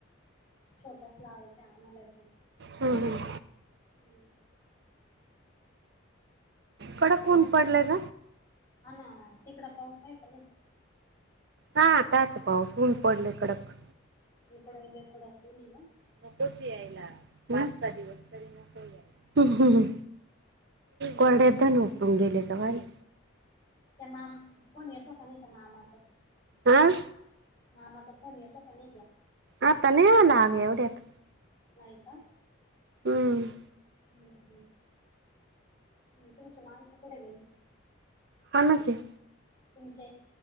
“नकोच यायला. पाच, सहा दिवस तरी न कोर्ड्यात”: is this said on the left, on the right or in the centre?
Right